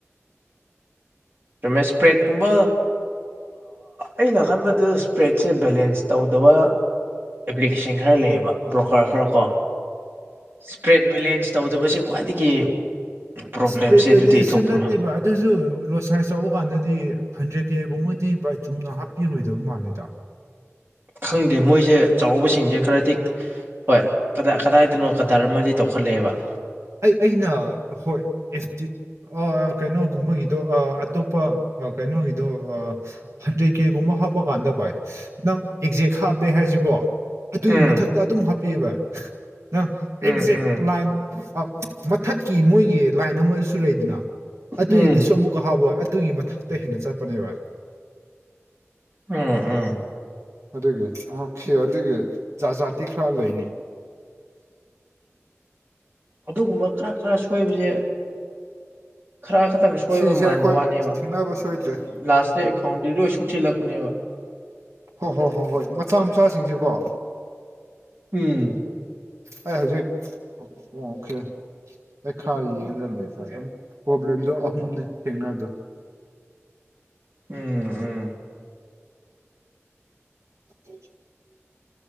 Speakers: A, on the right; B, on the right.
A: ꯌꯨꯝꯃꯦ ꯏꯁꯄ꯭ꯔꯦꯠꯀꯨꯝꯕ ꯑꯩꯅ ꯈꯟꯕꯗ ꯏꯁꯄ꯭ꯔꯦꯠꯁꯦ ꯕꯦꯂꯦꯟꯁ ꯇꯧꯗꯕ ꯑꯦꯄ꯭ꯂꯤꯀꯦꯁꯟ ꯈꯔ ꯂꯩꯌꯦꯕ ꯕ꯭ꯔꯣꯀꯔ ꯈꯔꯀꯣ <unintelligible> ꯇ꯭ꯔꯦꯠ ꯕꯦꯂꯦꯟꯁ ꯇꯧꯗꯕꯁꯦ ꯈ꯭ꯋꯥꯏꯗꯒꯤ ꯄ꯭ꯔꯣꯕ꯭ꯂꯦꯝꯁꯦ
B: ꯏꯁꯄꯤꯠ ꯕꯦꯂꯦꯟꯁꯦ
A: ꯑꯗꯨꯗꯒꯤ ꯊꯣꯛꯄ
B: ꯅꯠꯇꯦꯕ
A: ꯑꯃ
B: ꯑꯗꯨꯁꯨ ꯂꯣꯁ ꯆꯥꯎꯧꯕ ꯀꯥꯟꯗꯗꯤ ꯍꯟꯗ꯭ꯔꯦꯠ ꯀꯦꯒꯨꯝꯕ ꯗꯤ ꯚꯥꯏ ꯆꯨꯝꯅ ꯍꯥꯞꯄꯤꯔꯣꯏꯗꯕ ꯃꯥꯜꯂꯦꯗ
A: ꯈꯪꯗꯦ ꯃꯣꯏꯁꯦ ꯆꯥꯎꯕꯁꯤꯡꯁꯦ ꯈꯔꯗꯤ ꯍꯣꯏ ꯀꯗꯥꯏ ꯀꯗꯥꯏꯗꯅꯣ ꯀꯗꯥꯔꯝꯃꯗꯤ ꯇꯧꯈꯠꯂꯛꯑꯦꯕ
B: ꯑꯩ ꯑꯩꯅ ꯍꯣꯏ ꯑꯦꯐꯇꯤ ꯀꯩꯅꯣꯒꯨꯝꯕꯒꯤꯗꯣ ꯑꯇꯣꯞꯄ ꯀꯩꯅꯣꯒꯤꯗꯣ ꯍꯟꯗ꯭ꯔꯦꯗ ꯀꯦꯒꯨꯝꯕ ꯍꯥꯞꯄ ꯀꯥꯟꯗ ꯚꯥꯏ ꯅꯪ ꯑꯦꯛꯖꯦꯛ ꯍꯥꯞꯄꯦ ꯍꯥꯏꯁꯤꯀꯣ ꯑꯗꯨꯒꯤ
A: ꯎꯝ
B: ꯃꯊꯛꯇ ꯑꯗꯨꯝ ꯍꯥꯞꯄꯤꯕ ꯍꯥ
A: ꯎꯝ
B: ꯑꯦꯛꯖꯦꯛ
A: ꯎꯝ
B: ꯂꯥꯏꯟ ꯃꯊꯛꯀꯤ ꯃꯣꯏꯒꯤ ꯂꯥꯏꯟ ꯑꯃꯁꯨ ꯂꯩꯗꯅ ꯑꯗꯨꯒꯤꯗꯨꯁꯨ
A: ꯎꯝ
B: ꯑꯃꯨꯛꯀ ꯍꯥꯞꯄꯣꯏ ꯑꯗꯨꯒꯤ ꯃꯊꯛꯇ ꯇꯩ ꯍꯦꯟꯅ ꯆꯠꯄꯅꯦꯕꯏ
A: ꯎꯝ ꯎꯝ
B: ꯑꯗꯨꯒꯤ ꯑꫭꯈꯦ ꯑꯗꯨꯒꯤ ꯖꯥꯠ ꯖꯥꯇꯤ ꯈꯔ ꯂꯩꯅꯤ
A: ꯑꯗꯨꯒꯨꯝꯕ ꯈꯔ ꯈꯔ ꯁꯣꯏꯕꯁꯦ ꯈꯔ ꯈꯛꯇꯪ ꯁꯣꯏꯕ
B: ꯁꯤꯁꯦ
A: ꯃꯥꯟꯕ
B: ꯑꯩꯈꯣꯏ
A: ꯋꯥꯅꯦꯕ
B: ꯊꯦꯡꯅꯕ ꯁꯣꯏꯗ꯭ꯔꯦ
A: ꯂꯥꯁꯇ ꯑꯦꯀꯥꯎꯟꯗꯤ ꯂꯣꯏ ꯂꯥꯛ ꯈꯨꯨꯅꯦꯕ
B: ꯍꯣꯏ ꯍꯣꯏ ꯍꯣꯏ ꯍꯣꯏ ꯃꯆꯥ ꯃꯆꯥꯁꯤꯡꯁꯤꯦꯀꯣ
A: ꯎꯝ
B: ꯑꯩ ꯍꯧꯖꯤꯛ ꯑꯣ ꯑꯣꯀꯦ ꯑꯩ ꯈꯔ ꯌꯦꯡꯗꯕ ꯂꯩꯇꯔ ꯄ꯭ꯔꯣꯕ꯭ꯂꯦꯝꯗꯣ ꯑꯍꯨꯝꯅꯦ ꯊꯦꯡꯅꯕꯗꯣ
A: ꯎꯝ ꯎꯝ
B: ꯎ